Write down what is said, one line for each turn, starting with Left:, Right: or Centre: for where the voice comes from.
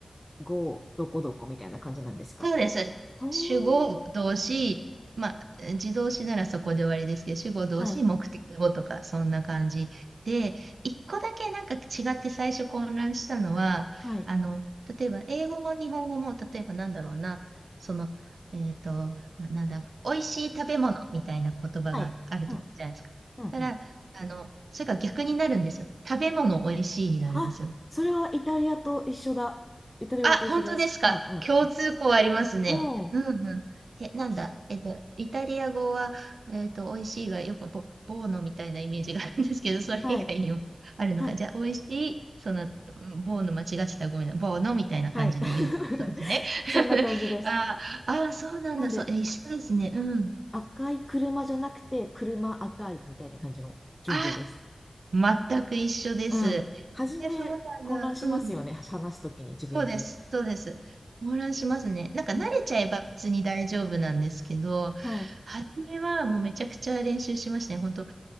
Left: 語、どこどこみたいな感じなんですか
Right: そうです。
Left: おー。
Right: 主語、動詞、まあ、自動詞ならそこで終わりですけど、主語、動詞、
Left: はい。
Right: 目的語とか、そんな感じで、一個だけなんか違って最初混乱したのは、
Left: はい。
Right: あの、例えば、英語も日本語も、例えばなんだろうな、その、えっと、な、なんだ、美味しい食べ物みたいな言葉があるとじゃないですか。
Left: はい。うん。うんうん。
Right: たら、あの、それが逆になるんですよ。食べ物美味しいになるんですよ。
Left: あ、それはイタリアと一緒だ。イタリア語と一緒です。
Right: あ、本当ですか。
Left: うんうんうん。
Right: 共通項ありますね。
Left: おー。
Right: うんうん。え、なんだ。
Left: 確
Right: えっと、イタリア語は、えっと、美味しいがよくボ、ボーノみたいなイメージがあるんですけど、それ以外にもあるのか。
Left: か。はい。はい。
Right: じゃあ、美味しい、その、うんボーノ間違ってたらごめんな。ボーノみたいな感じで言うことですね。
Left: はい。<laughs>
Right: <laughs>
Left: そんな感じです。
Right: ああ、あーそうなんだ。
Left: なんで、
Right: そう、え、一緒ですね。
Left: く
Right: うん。
Left: 赤い車じゃなくて、車赤いみたいな感じの順序です。
Right: あ、全く一緒です。
Left: うん。初め、
Right: え、そうなんだ。
Left: 混乱しますよね。
Right: うん。
Left: 話すときに自分で。
Right: そうです、そうです。混乱しますね。なんか慣れちゃえば別に大丈夫なんですけど、
Left: うん。はい。
Right: 初めはもうめちゃくちゃ練習しましたね。本当